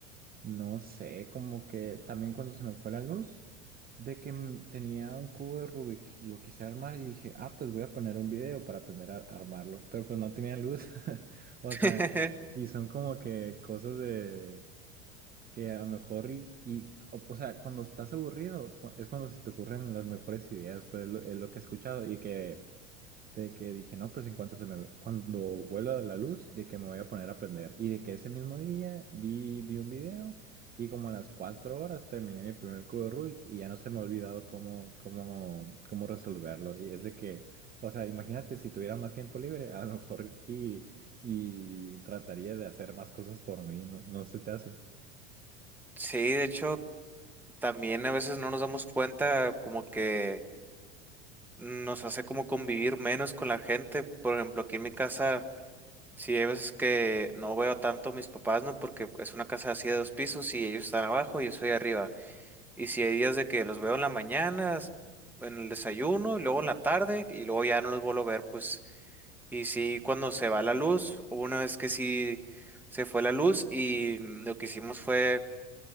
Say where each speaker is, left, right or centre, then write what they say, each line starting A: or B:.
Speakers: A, on the right; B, in the centre.
A: no sé, como que también cuando se me fue la luz, de que m- tenía un cubo de Rubik y lo quise armar y dije, ah, pues voy a poner un video para aprender a armarlo, pero pues no tenía luz. <laughs> O
B: <laughs>
A: sea, y son como que cosas de que a lo mejor y, y o, o sea, cuando estás aburrido cu- es cuando se te ocurren las mejores ideas, pues es lo, es lo que he escuchado y que de que dije, no, pues en cuanto se me, cuando vuelva la luz, de que me voy a poner a aprender. Y de que ese mismo día vi, vi un video y como a las cuatro horas terminé mi primer cubo de Rubik y ya no se me ha olvidado cómo, cómo, cómo resolverlo. Y es de que, o sea, imagínate si tuviera más tiempo libre, a lo mejor y, y trataría de hacer más cosas por mí, ¿no? ¿No se te hace?
B: Sí, de hecho, también a veces no nos damos cuenta como que nos hace como convivir menos con la gente. Por ejemplo, aquí en mi casa, sí hay veces que no veo tanto a mis papás, ¿no? Porque es una casa así de dos pisos y ellos están abajo y yo estoy arriba. Y si hay días de que los veo en la mañana, s- en el desayuno, y luego en la tarde, y luego ya no los vuelvo a ver, pues. Y sí, cuando se va la luz, hubo una vez que sí se fue la luz y mm, lo que hicimos fue